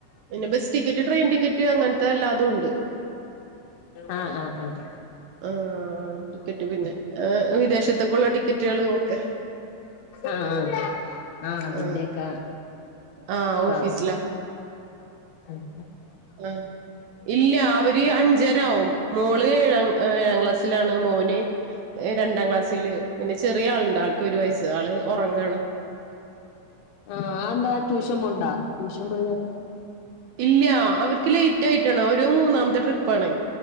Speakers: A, on the right; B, on the left.
A: പിന്നെ ബസ് ടിക്കറ്റ് ട്രെയിൻ ടിക്കറ്റ് അങ്ങൻത്തെ അല്ലാതുണ്ട്
B: ആഹ് ആഹ് ആഹ്
A: ആഹ് ടിക്കറ്റ് പിന്നെ വിദേശത്തേക്കുള്ള ടിക്കറ്റുകളും ഒക്കെ
B: ആഹ് ആഹ് അതിന്റെക്കെ
A: ആ ആ
B: ട്രാവല്
A: ഓഫീസിലാ
B: ഉം
A: ആഹ് ഇല്ല അവര് അഞ്ചര ആവും മോള് ഏഴാം ഈഹ് ഏഴാം ക്ലാസ്സിലാണ് മോന് രണ്ടാം ക്ലാസ്സില് പിന്നെ ചെറിയ ആളുണ്ട് ആൾക്ക് ഒരു വയസ്സ് ആള് ഒറങ്ങാണ്
B: ആഹ് അത് ന്താ ട്യൂഷൻ പോണ്ടാ ട്യൂഷൻ <unintelligible>
A: ഇല്ല അവര്ക്ക് ലേറ്റ് ആയിട്ടാണ് അവരു മൂന്നാമത്തെ ട്രിപ്പാണ്